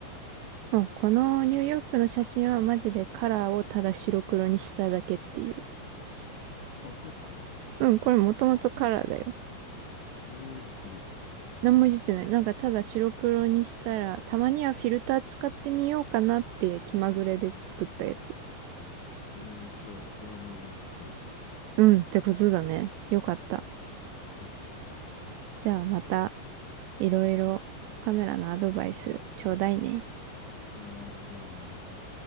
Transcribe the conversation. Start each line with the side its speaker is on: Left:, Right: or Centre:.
Right: もう、このニューヨークの写真はマジでカラーをただ白黒にしただけっていう。
Left: あ、そうなの
Right: うん、これもともとカラーだよ。
Left: 何もいじってないんだ。
Right: 何もいじってない。なんかただ白黒にしたら、たまにはフィルター使ってみようかなって気まぐれで作ったやつ。
Left: うん。えー、そしたら、まあまあうまくいったんだ。
Right: うん、ってことだね。よかった。
Left: うん。
Right: じゃあまたいろいろカメラのアドバイスちょうだいね。
Left: うん。はーい、じゃあねー。